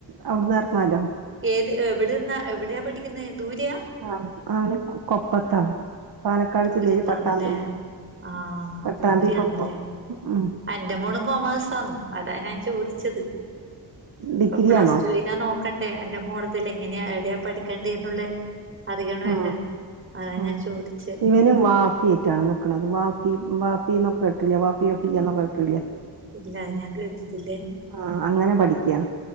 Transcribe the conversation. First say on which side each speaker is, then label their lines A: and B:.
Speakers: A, on the right (about 55°); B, on the right (about 30°).
A: അവിടുന്ന് ഇറങ്ങല്ലോ
B: ഏത് എവിടെന്നാ എവിടെയാ പഠിക്കുന്നത് ദൂരയാ
A: ആ അവന് കൊപ്പത്താണ് പാലക്കാട്
B: ദൂരത്താന്നല്ലേ
A: ജില്ലേൽ പട്ടാമ്പി
B: ആഹ്
A: പട്ടാമ്പി
B: ദൂരെയാന്നല്ലേ
A: കൊപ്പം ഉം
B: എന്റെ മോളും കൊമേഴ്സാന്ന് അതാണ് ഞാൻ ചോദിച്ചത് ഇപ്പൊ
A: ഡിഗ്രി
B: പ്ലസ്ടുനാ
A: ആണോ
B: നോ ക്കണ്ടേ. എന്റെ മോള തിൽ എങ്ങനെയ എവിടെയാ പഠിക്കേണ്ടേ എന്നുള്ള, അറിയണമല്ല
A: ആഹ്
B: അതാ
A: ഉം
B: ഞാൻ ചോദിച്ചേ
A: ഇവനും വാഫിയെറ്റാണ് ക്കണത് വാപ്പി വാപ്പിന്നോക്ക കേട്ട്ട്ടില്ലേ <unintelligible>
B: ഇല്ല ഞാൻ കേട്ടിട്ടില്ലേ
A: ആഹ് അങ്ങനെ പഠിക്കയാണ്